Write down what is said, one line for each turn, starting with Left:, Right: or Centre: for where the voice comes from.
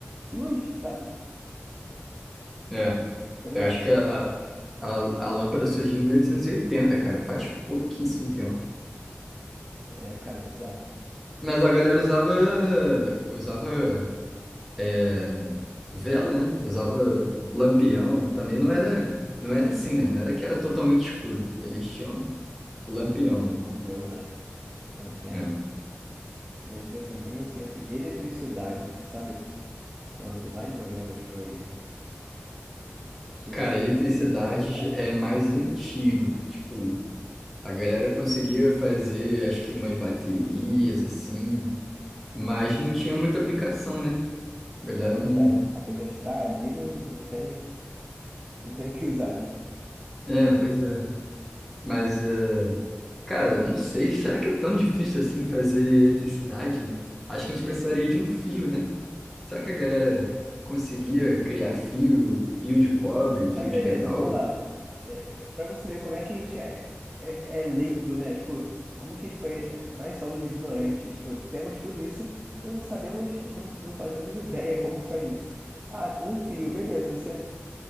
Right: luz, sabe?
Centre: É,
Right: Foi lá
Centre: eu acho
Right: pra...
Centre: que a, a, a a lâmpada surgiu em 1880, cara, faz pouquíssimo tempo.
Right: É, cara, bizarro.
Centre: Mas a galera usava, usava é, vela, né? Usava lampião. Também não era, não era assim, né? Não era que era totalmente escuro. Eles tinham lampião,
Right: É um
Centre: né?
Right: lampião, né? É,
Centre: É.
Right: é- mas assim, mesmo assim, assim, eletricidade, tu sabe quando mais ou menos foi. Surgiu
Centre: Cara, eletricidade
Right: eletricidade?
Centre: é
Right: né?
Centre: mais antigo. Tipo, a galera conseguia fazer, acho que umas baterias, assim, mas não tinha muita aplicação, né? A galera
Right: É verdade.
Centre: não.
Right: Apesar de estar ali, não, não tem, não tem o que usar, né?
Centre: É, pois é. Mas, é, cara, não sei, será que é tão difícil assim fazer eletricidade? Acho que a gente precisaria de um fio, né? Será que a galera conseguia criar fio, fio de cobre, fio
Right: Mas beleza,
Centre: de metal?
Right: vamos lá. É, é, pra você ver como é que a gente é, é, é leigo, né? Tipo, como que a gente foi. Nós somos ignorantes. Tipo, temos tudo isso e não sabemos, não, não fazemos ideia como se faz isso. Ah, um fio, beleza. Você